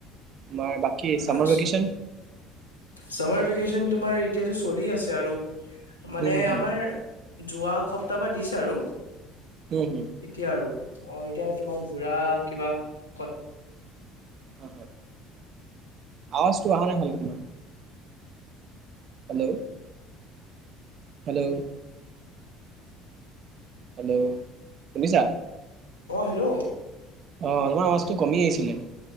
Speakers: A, on the right (about 45°); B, on the left (about 85°).
A: তোমাৰ বাকী চামাৰ
B: আছ
A: ভেকেশ্যন
B: চামাৰ ভেকচন তোমাৰ এতিয়ো চলি আছে আৰু মানে
A: উম হুম
B: আমাৰ যোৱা সপ্তাহ বা দিছে আৰু
A: উম হুম
B: এতিয়া আৰু অ এতিয়া তোমাৰ ঘূৰা কিবা ক
A: অ আৱাজটো অহা নাই ভালকে তোমাৰ। হেল্লো' হেল্লো' হেল্লো' শুনিছা?
B: অ হেল্লো'।
A: অ তোমাৰ আৱাজটো কমি আহিছিলে,